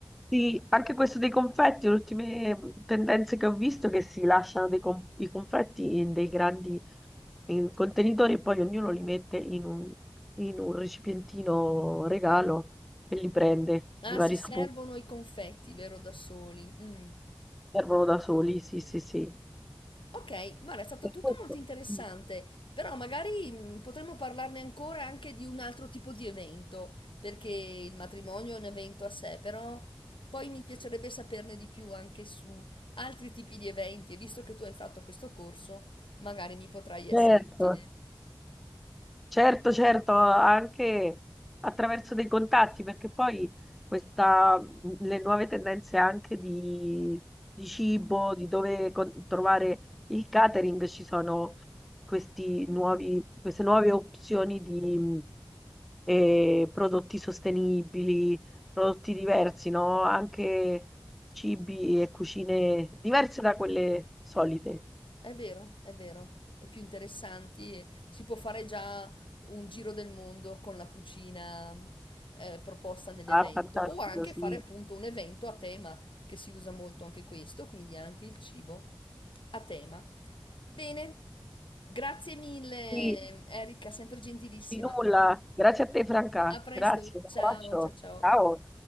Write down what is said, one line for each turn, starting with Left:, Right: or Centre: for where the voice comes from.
Centre: Sì, anche questo dei confetti, le ultime tendenze che ho visto è che si lasciano dei conf- i confetti in dei grandi in contenitori e poi ognuno li mette in un, in un recipientino regalo e li prende
Left: Ah,
Centre: di vari
Left: si servono
Centre: sapori,
Left: i confetti, vero, da soli. Mm.
Centre: servono da soli, sì, sì, sì.
Left: Ok, guarda, è stato
Centre: E
Left: tutto
Centre: questo,
Left: molto interessante,
Centre: mm,
Left: però magari mh, potremmo parlarne ancora anche di un altro tipo di evento, perché il matrimonio è un evento a sé, però poi mi piacerebbe saperne di più anche su altri tipi di eventi e visto che tu hai fatto questo corso, magari mi potrai essere
Centre: certo,
Left: utile.
Centre: Certo, certo, anche attraverso dei contatti, perché poi questa, le nuove tendenze anche di, di cibo, di dove con- trovare il catering, ci sono questi nuovi, queste nuove opzioni di mh, eh, prodotti sostenibili, prodotti diversi, no? Anche cibi e cucine diverse da quelle solite.
Left: È vero, è vero, è più interessanti e si può fare già un giro del mondo con la cucina mh, eh, proposta nell'evento
Centre: Ah, fantastico,
Left: o anche
Centre: sì.
Left: fare appunto un evento a tema che si usa molto anche questo, quindi anche il cibo a tema. Bene, grazie mille
Centre: Sì,
Left: Erika, sempre gentilissima.
Centre: Di nulla, grazie a te Franca,
Left: A presto,
Centre: grazie, un
Left: ciao,
Centre: abbraccio,
Left: ciao, ciao.
Centre: ciao.